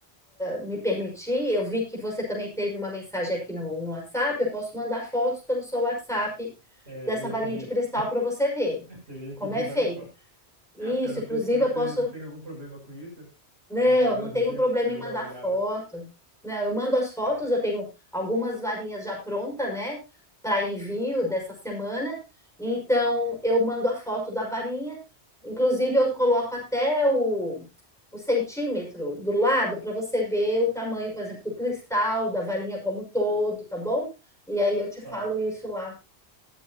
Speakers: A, in the centre; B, on the right.
A: me permitir, eu vi que você também teve uma mensagem aqui no, no WhatsApp, eu posso mandar fotos pelo seu WhatsApp
B: É,
A: dessa
B: eu ia
A: varinha
B: pedir
A: de cristal
B: isso.
A: para você ver
B: Eu ia
A: como
B: pedir
A: é
B: várias
A: feito.
B: fotos.
A: Isso,
B: Eu não sei
A: inclusive,
B: se você
A: eu posso
B: não tem algum problema com isso.
A: não,
B: Vou dar vários
A: não tenho
B: exemplos
A: problema
B: para eu
A: em mandar
B: dar uma olhada.
A: foto. Não, eu mando as fotos,
B: É,
A: eu tenho algumas varinhas já pronta, né, para envio dessa semana. Então, eu mando a foto da varinha. Inclusive, eu coloco até o, o centímetro do lado para você ver o tamanho, por exemplo, do cristal, da varinha como um todo, tá bom? E aí eu te falo
B: tá bom.
A: isso lá.